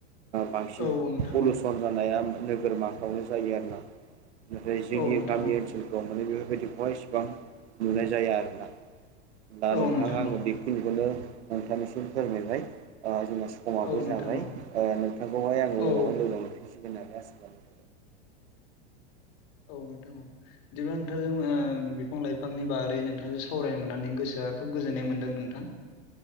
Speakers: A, on the right; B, on the left.
A: बांसिन
B: औ नोंथां
A: पलुसन
B: औ
A: जानाया नोगोरमाखायावनो जायो आरो ना। ओमफ्राय जोंनि
B: औ नोंथां
A: गामि
B: औ
A: ओनसोल दं मे बेफोरबायदिखौहाय इसिबां नुनाय जाया आरोना। दा
B: औ
A: नोंथाङा
B: नोंथां
A: आङो
B: औ
A: बे खिनिखौनो नोंथांनिसिम फोरमायबाय ओ जोंना समाबो
B: औ नोंथां
A: जाबाय
B: औ
A: नोंथांखौहाय आङो
B: औ
A: उनावहाय लोंनां लांफिनसिगोन होननानै आसा खालामो।
B: औ नोंथां बिब्ला नोंथांजों ओ बिफां लाइ फांनि बारै नोंथांजों सावरायनो मोननानै गोसोआ खोब गोजोननाय मोनदों नोंथां।